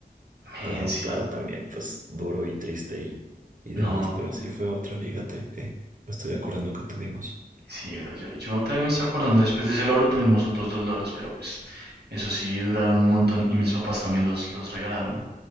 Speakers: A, on the right (about 80°); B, on the right (about 50°).
A: Men,
B: pero
A: sí.
B: claro, también pues duro y triste y, y demás,
A: No.
B: pero sí fue otra, fíjate, que me estoy acordando que tuvimos.
A: Sí, bro. Yo, yo también me estoy acordando. Después de ese loro tuvimos otros dos loros, pero pues. Eso sí, duraron un montón. Y mis papás también los, los regalaron.